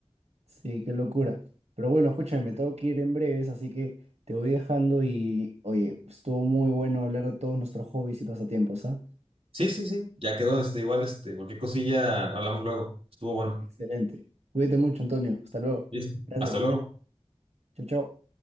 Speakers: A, on the right (about 75°); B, on the right (about 60°).
A: Sí, qué locura. Pero bueno, escúchame, me tengo que ir en breves, así que te voy dejando y, oye, estuvo muy bueno hablar de todos nuestros hobbies y pasatiempos, ¿ah?
B: Sí, sí, sí, ya quedó, este, igual, este, cualquier cosilla hablamos luego. Estuvo bueno.
A: Excelente. Cuídate mucho, Antonio. Hasta luego.
B: Listo.
A: Gracias.
B: Hasta luego.
A: Chau, chau.